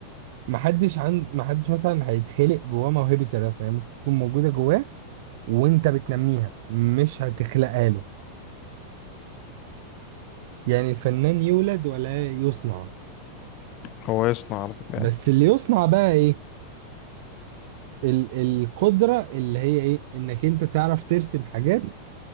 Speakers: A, on the right (about 50°); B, on the left (about 40°).
A: ما حدش عند ما حدش مثلا هيتخلق جواه موهبة الرسم هي ممكن تكون موجودة جواه وانت بتنميها مش هتخلقها له يعني الفنان يولد ولا يصنع
B: هو يصنع على فكرة
A: بس
B: يعني
A: اللي يصنع بقى ايه ال القدرة اللي هي ايه انك انت تعرف ترسم حاجات